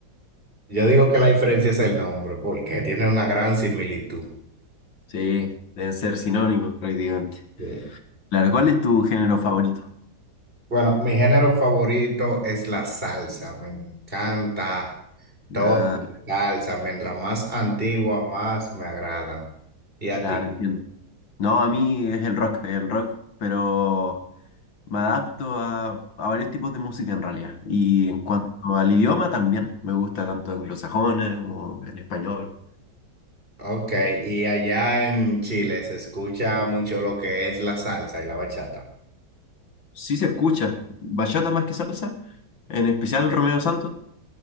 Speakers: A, on the right (about 25°); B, on the left (about 70°).
A: Yo digo que la diferencia es el nombre, porque tiene una gran similitud.
B: Sí, deben ser sinónimos prácticamente.
A: Sí.
B: Claro, ¿cuál es tu género favorito?
A: Bueno, mi género favorito es la salsa. Me encanta toda
B: Ah,
A: la salsa. Mientras más antigua, más me agrada. ¿Y a
B: claro,
A: ti?
B: entiendo. No, a mí es el rock, el rock, pero Me adapto a, a varios tipos de música en realidad. Y en cuanto al idioma también, me gusta tanto anglosajones como en español.
A: Ok, y allá en Chile se escucha mucho lo que es la salsa y la bachata.
B: Sí se escucha bachata más que salsa, en especial Romeo Santos,